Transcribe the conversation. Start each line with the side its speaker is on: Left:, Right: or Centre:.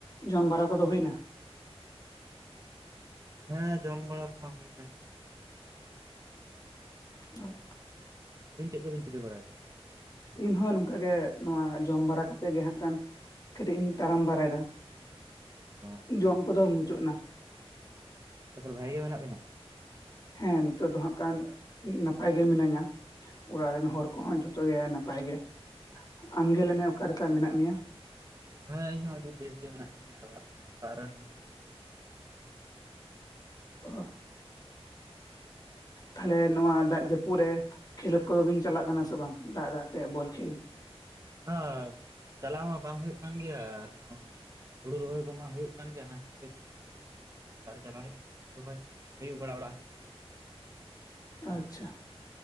Left: ᱡᱚᱢ ᱵᱟᱲᱟ ᱠᱚᱫᱚ ᱦᱩᱭ ᱱᱟ᱾
Right: ᱦᱮᱸ ᱡᱚᱢ ᱵᱟᱲᱟ ᱠᱚᱢᱟ ᱦᱩᱭ ᱠᱟᱱ ᱜᱮᱭᱟ
Left: ᱚ
Right: ᱟᱹᱵᱤᱱ ᱪᱮᱫ ᱠᱚᱵᱤᱱ ᱪᱤᱠᱟᱹ ᱵᱟᱲᱟᱭ
Left: ᱩᱱ ᱦᱚᱸ ᱱᱚᱝᱠᱟ ᱜᱮ ᱱᱚᱣᱟ ᱡᱚᱢ ᱵᱟᱲᱟ ᱠᱟᱛᱮ ᱜᱮ ᱦᱟᱸᱜ ᱠᱷᱟᱱ ᱠᱟᱹᱴᱤᱡ ᱤᱧ ᱛᱟᱲᱟᱢ ᱵᱟᱨᱟᱭ ᱫᱟ
Right: ᱚ ᱟᱪᱪᱷᱟ᱾
Left: ᱡᱚᱢ ᱠᱚᱫᱚ ᱢᱩᱪᱟᱹᱫ ᱱᱟ᱾
Right: ᱛᱟᱯᱚᱨᱮ ᱵᱷᱟᱜᱤ ᱜᱮ ᱢᱮᱱᱟᱜ ᱵᱤᱱᱟ
Left: ᱦᱮ ᱱᱤᱛᱚᱜ ᱫᱚ ᱦᱟᱜ ᱠᱷᱟᱱ ᱱᱟᱯᱟᱭ ᱜᱮ ᱢᱤᱱᱟᱹᱧᱟ ᱚᱲᱟᱜ ᱨᱮᱱ ᱦᱚᱲ ᱠᱚ ᱦᱚᱸ ᱡᱷᱚᱛᱚ ᱜᱮ ᱱᱟᱯᱟᱭ ᱜᱮ ᱟᱢ ᱜᱮ ᱞᱟᱹᱭ ᱢᱮ ᱚᱠᱟ ᱞᱮᱠᱟ ᱢᱮᱱᱟᱜ ᱢᱮᱭᱟ
Right: ᱦᱮᱸ ᱤᱧ ᱦᱚᱸ ᱟᱹᱰᱤ ᱵᱮᱥ ᱜᱮ ᱢᱮᱱᱟᱜ ᱠᱟᱫᱤᱧᱟ ᱟᱨ ᱚᱲᱟᱜ ᱚᱲᱟᱜ ᱨᱮᱱ ᱦᱚᱲ ᱠᱚᱦᱚᱸ ᱟᱹᱰᱤ ᱵᱷᱟᱜᱮ ᱜᱮ ᱢᱮᱱᱟᱜ ᱠᱚᱜᱮᱭᱟ᱾
Left: ᱚ ᱛᱟᱦᱞᱮ ᱱᱚᱣᱟ ᱫᱟᱜ ᱡᱟᱹᱯᱩᱫ ᱨᱮ ᱠᱷᱮᱞᱳᱰ ᱠᱚᱫᱚ ᱵᱤᱱ ᱪᱟᱞᱟᱜ ᱠᱟᱱᱟ ᱥᱮ ᱵᱟᱝ ᱫᱟᱜ ᱫᱟᱜ ᱛᱮ ᱵᱚᱞ ᱠᱷᱮᱞ
Right: ᱦᱳᱭ ᱪᱟᱞᱟᱣ ᱢᱟ ᱵᱟᱝ ᱦᱩᱭᱩᱜ ᱠᱟᱱ ᱜᱮᱭᱟ ᱟᱨ ᱦᱚᱸ ᱦᱩᱲᱩ ᱨᱚᱦᱚᱭ ᱠᱚᱢᱟ ᱢᱟ ᱦᱩᱭᱩᱜ ᱠᱟᱱ ᱜᱮᱭᱟ ᱚᱱᱟ ᱠᱷᱟᱹᱛᱤᱨ ᱫᱟᱨᱤ ᱪᱟᱞᱟ ᱦᱩᱭᱩᱜ ᱨᱚᱦᱚᱭ ᱟᱹᱭᱩᱵ ᱵᱟᱲᱟ ᱚᱲᱟᱜ ᱦᱮᱜ
Left: ᱟᱪᱪᱷᱟ